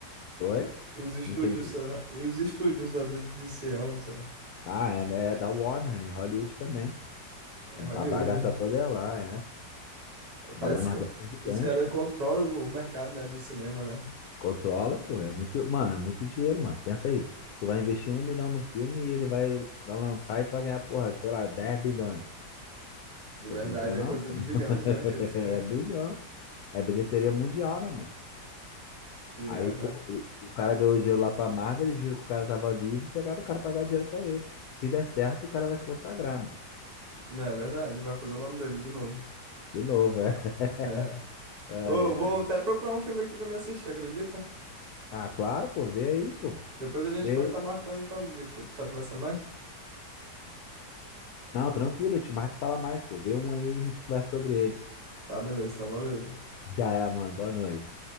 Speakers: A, on the left; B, on the right.
A: Oi?
B: Os estúdios,
A: Não entendi.
B: será? Os estúdios da D- DC, é onde será?
A: Ah, é, né? é da Warner, né? Hollywood também.
B: É
A: A
B: Em Hollywood,
A: a bagaça
B: né?
A: toda é lá, é.
B: Rapaz,
A: A Warner
B: os ca-
A: Bros. é gigante,
B: os caras
A: pô.
B: controlam o mercado, né, do cinema, né?
A: Controla, pô. É muito, mano, é muito dinheiro, mano. Pensa aí. Tu vai investir um milhão no filme e ele vai, vai lançar e tu vai ganhar, porra, sei lá, 10 bilhões.
B: Na
A: Pô,
B: verdade,
A: tu não quer
B: é
A: não,
B: coisa
A: pô?
B: de bilhões,
A: <laughs>
B: né, que eles ganham.
A: É bilhão. É bilheteria mundial, né, mano?
B: Sim,
A: Aí,
B: verdade.
A: pô, o, o cara ganhou dinheiro lá pra Marvel, eles viram que o cara tava livre e pegaram o cara pra pagar dinheiro pra eles. Se der certo, o cara vai se consagrar, mano.
B: Não é verdade? Vai fazer o nome dele de novo.
A: De novo, é. <laughs>
B: <laughs>
A: Ai,
B: Ô,
A: ai.
B: vou até procurar um filme aqui pra me assistir, acredita?
A: Ah, claro, pô, vê aí, pô.
B: Depois a gente
A: Vê
B: pode estar marcando, então, de co- tá conversando mais?
A: Não, tranquilo, eu te marco e fala mais, pô. Vê um aí e a gente conversa sobre ele.
B: Tá, beleza, então, valeu.
A: Já é, mano. Boa noite.